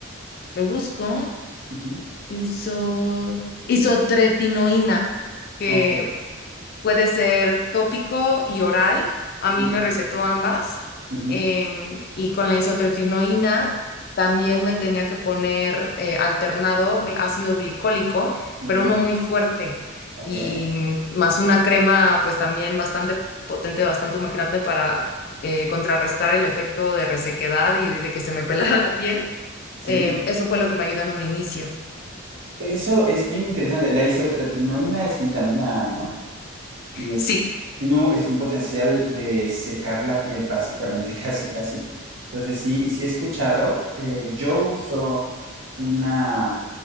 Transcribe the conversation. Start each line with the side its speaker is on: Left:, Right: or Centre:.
Left: lo busco,
Right: ujú.
Left: hizo, isotretinoína, que
Right: Ok.
Left: Puede ser tópico y oral. A mí
Right: ujú,
Left: me recetó ambas.
Right: ujú,
Left: em, y con la isotretinoína también me tenía que poner eh, alternado gl- ácido glicólico,
Right: mm,
Left: pero uno muy fuerte.
Right: ok.
Left: Y mm, más una crema, pues también bastante potente, bastante humectante para eh, contrarrestar el efecto de resequedad y de que se me <laughs> pelara la piel.
Right: Sí.
Left: Em, eso fue lo que me ayudó en un inicio.
Right: Eso es bien interesante. La isotretinoína es vitamina A, ¿no? Y es,
Left: Sí,
Right: tiene un, es un potencial de secar la piel, básicamente, <laughs> casi, casi. Entonces, sí, sí he escuchado. eh, yo uso una,